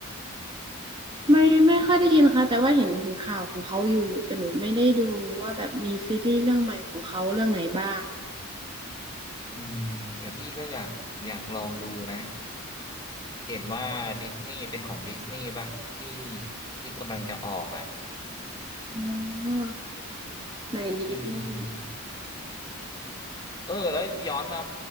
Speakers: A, on the right; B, on the left.
A: ไม่ไม่ค่อยได้ยินค่ะแต่ว่าเห็นเห็นข่าวของเขาอยู่แต่หนูไม่ได้ดูว่าแบบมีซีรีส์เรื่องใหม่ของเขาเรื่องไหนบ้าง
B: อืมแต่พี่ก็อยากอยากลองดูนะเห็นว่าดิสนีย์เป็นของดิสนีย์ปะที่ที่กำลังจะออกอ่ะ
A: อ๋อในดิสนีย์
B: อืมเออแล้วย้อนมา